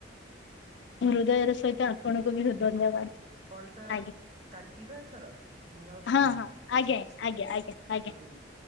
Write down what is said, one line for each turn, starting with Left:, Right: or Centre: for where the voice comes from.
Left: ହୃଦୟର ସହିତ ଆପଣଙ୍କୁ ବି ବହୁତ ଧନ୍ୟବାଦ।
Right: କଲଟା
Left: ଆଜ୍ଞା
Right: କାଟିବାଥର ମୋର ଆଉ ସମୟ
Left: ହଁ ହଁ
Right: ନାହିଁ
Left: ଆଜ୍ଞା
Right: କାଟୁଛି
Left: ଆଜ୍ଞା ଆଜ୍ଞା ଆଜ୍ଞା।
Right: ରହିଲି।